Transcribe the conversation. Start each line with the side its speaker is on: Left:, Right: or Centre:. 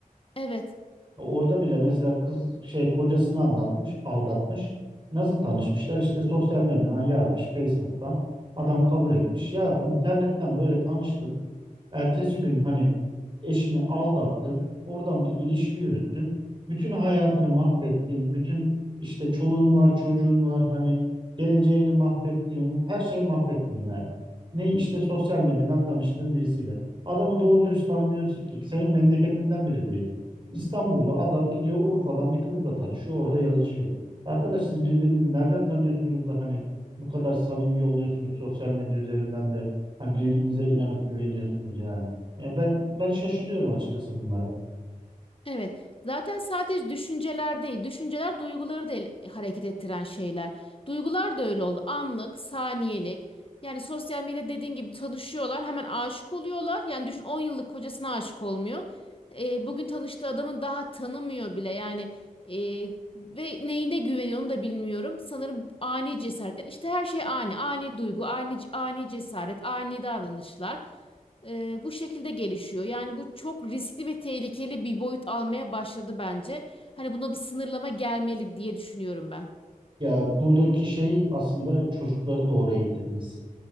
Left: Evet.
Right: Orada bile mesela kız şey kocasını anlatmış, aldatmış. Nasıl tanışmışlar? İşte sosyal medyadan yazmış, Facebook'tan. Adam kabul etmiş. Ya internetten böyle tanıştın. Ertesi gün hani eşini aldattın, oradan bir ilişki yürüttün, bütün hayatını mahvettin, bütün işte çoluğun var, çocuğun var, hani geleceğini mahvettin, her şeyi mahvettin yani. Ne işte sosyal medyadan tanıştığın birisiyle. Adamı doğru dürüst tanımıyorsun ki, senin memleketinden biri değil. İstanbullu adam gidiyor Urfa'dan bir kızla tanışıyor, orada yazışıyor. Arkadaş siz birbirinizi nereden tanıyorsunuz da hani bu kadar samimi oluyorsunuz sosyal medya üzerinden de Hani birbirinize inanıp güveniyorsunuz yani. Ya ben ben şaşırıyorum açıkçası bunlara.
Left: Evet. Zaten sadece düşünceler değil, düşünceler duyguları da el- hareket ettiren şeyler. Duygular da öyle oldu. Anlık, saniyelik. Yani sosyal medya dediğin gibi tanışıyorlar, hemen aşık oluyorlar. Yani düşün 10 yıllık kocasına aşık olmuyor. Ee, bugün tanıştığı adamın daha tanımıyor bile. Yani e, ve neyine güveniyor onu da bilmiyorum. Sanırım ani cesaret. Yani işte her şey ani, ani duygu, ani ani cesaret, ani davranışlar e, bu şekilde gelişiyor. Yani bu çok riskli ve tehlikeli bir boyut almaya başladı bence. Hani buna bir sınırlama gelmeli diye düşünüyorum ben.
Right: Ya buradaki şey aslında çocukları doğru eğitilmesi.